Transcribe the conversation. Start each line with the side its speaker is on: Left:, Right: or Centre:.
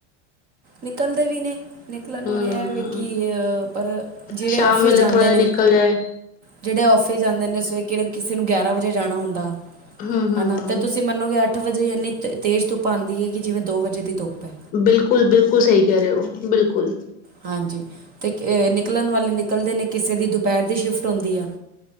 Right: ਨਿਕਲਦੇ ਵੀ ਨੇ ਨਿਕਲਣ
Left: ਹੂੰ,
Right: ਵਾਲੇ ਇਹ ਵੀ ਕਿ ਪਰ ਜਿਹੜੇ
Left: ਸ਼ਾਮ
Right: ਫਿਸ
Left: ਵੇਲੇ
Right: ਜਾਂਦੇ
Left: ਥੋੜਾ ਜਿਹਾ
Right: ਨੇ।
Left: ਨਿਕਲ ਜਾਏ।
Right: ਜਿਹੜੇ ਆਫਿਸ ਜਾਂਦੇ ਨੇ ਸ ਕਿੜ ਕਿਸੇ ਨੂੰ ਗਿਆਰਾਂ ਵਜੇ ਜਾਣਾ ਹੁੰਦਾ।
Left: ਹੂੰ-ਹੂੰ,
Right: ਹਨਾ। ਤੇ ਤੁਸੀਂ ਮੰਨੋਗੇ ਅੱਠ ਵਜੇ ਇੰਨੀ ਤੇਜ਼ ਧੁੱਪ ਆਉਦੀ ਹੈ ਕਿ ਜਿਵੇਂ ਦੋ ਵਜੇ ਦੀ ਧੁੱਪ ਹੈ।
Left: ਬਿਲਕੁਲ-ਬਿਲਕੁਲ ਸਹੀ ਕਹਿ ਰਹੇ ਹੋ। ਬਿਲਕੁਲ
Right: ਹਾਂਜੀ, ਤੇ ਅ ਨਿਕਲਣ ਵਾਲੇ ਨਿਕਲਦੇ ਨੇ ਕਿਸੇ ਦੀ ਦੁਪਹਿਰ ਦੀ ਸ਼ਿਫਟ ਹੁੰਦੀ ਆ,